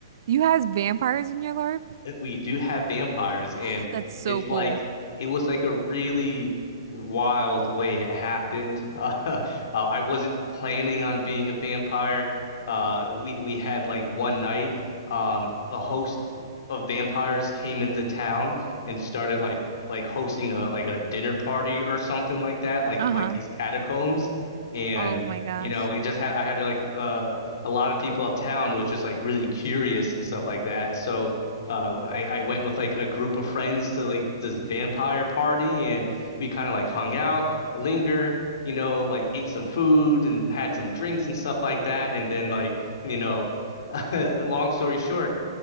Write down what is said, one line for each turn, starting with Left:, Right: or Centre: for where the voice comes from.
Right: you has vampires in your LARP?
Left: we do have vampires and
Right: Oh, that's so
Left: it's
Right: cool.
Left: like it was like a really wild way it happened <laughs> uh, uh, I wasn't planning on being a vampire uh we we had like one night um a host of vampires came into town and started like like hosting a like a dinner party or something like that like
Right: Uh-huh.
Left: in like these catacombs and
Right: Oh my gosh.
Left: you know we just had I had like uh a lot of people out town was just like really curious and stuff like that so uh I, I went with like a group of friends to like this vampire party and we kind of like hung out, lingered, you know, like ate some food and had some drinks and stuff like that and then like, you know, <laughs> long story short,